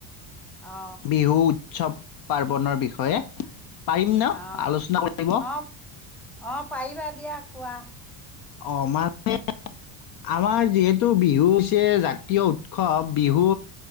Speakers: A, in the centre; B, on the left.
A: অ
B: বিহুত উৎসৱ পাৰ্বণৰ বিষয়ে পাৰিম ন
A: অ
B: আলোচনা কৰিব
A: অ অ পাৰিবা দিয়া কোৱা
B: আহ মানে আমাৰ যিহেতু বিহু হৈছে জাতীয় উৎসৱ বিহু